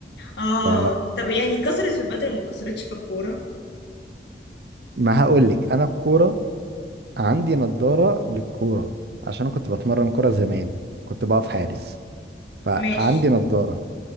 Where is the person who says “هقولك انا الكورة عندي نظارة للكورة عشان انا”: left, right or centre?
Right